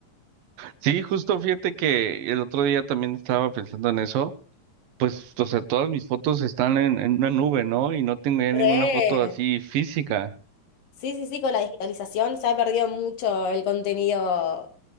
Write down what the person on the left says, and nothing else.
Re.
Sí, sí, sí, con la digitalización se ha perdido mucho el contenido